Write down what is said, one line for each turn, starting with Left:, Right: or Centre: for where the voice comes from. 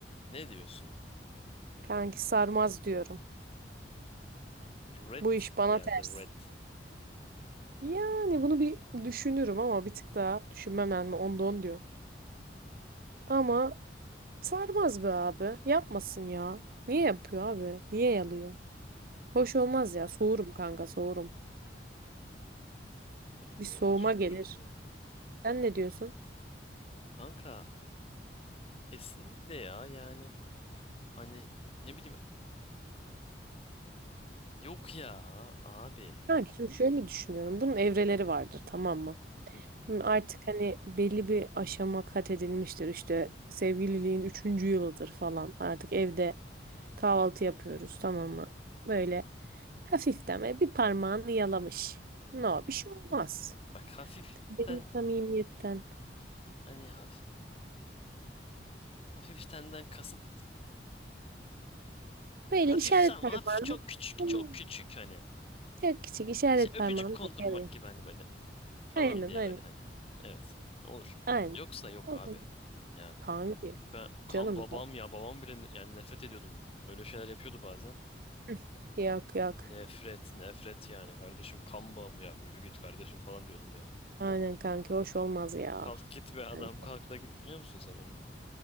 Left: Ne diyorsun?
Right: Kanki sarmaz diyorum.
Left: Red
Right: Bu iş
Left: mi
Right: bana
Left: geldi
Right: ters.
Left: red?
Right: Yani bunu bir düşünürüm ama bir tık daha düşünmem yani onda on diyor. Ama sarmaz be abi. Yapmasın ya. Niye yapıyor abi? Niye yalıyor? Hoş olmaz ya. Soğurum kanka soğurum.
Left: Ben
Right: Bir
Left: de
Right: soğuma
Left: öyle düşünmüştüm
Right: gelir.
Left: ya.
Right: Sen ne diyorsun?
Left: Kanka kesinlikle ya yani hani ne bileyim yok ya abi.
Right: Kanka şimdi şöyle düşünüyorum. Bunun evreleri vardır tamam mı?
Left: Hı.
Right: Şimdi artık hani belli bir aşama kat edilmiştir. İşte sevgililiğin üçüncü yılıdır falan. Artık evde kahvaltı yapıyoruz tamam mmı? Böyle hafiften böyle bir parmağını yalamış. No bir şey olmaz.
Left: Bak hafiften
Right: Belli samimiyetten.
Left: hani hafif hafiftenden kasıt
Right: Böyle
Left: hafif
Right: işaret
Left: tam
Right: parmağını
Left: hafif çok küçük
Right: hmm,
Left: çok küçük hani.
Right: çok küçük işaret
Left: Hani şey, öpücük
Right: parmağını
Left: kondurmak
Right: böyle yalıyor.
Left: gibi hani böyle falan
Right: Aynen
Left: diye
Right: aynen.
Left: böyle hani. Evet. Olur.
Right: Aynen.
Left: Yoksa yok
Right: O
Left: abi.
Right: da-
Left: Yani
Right: Kanki.
Left: ben kan
Right: Canım
Left: babam
Right: ya.
Left: ya babam bile ne- yani nefret ediyordum. Öyle şeyler yapıyordu bazen.
Right: Hı, Yok yok.
Left: Nefret, nefret yani kardeşim kan bağım ya yürü git kardeşim falan diyordum yani.
Right: Aynen kanka hoş olmaz ya.
Left: Kalk git be
Right: Kanka.
Left: adam kalk da git biliyor musun sen onu?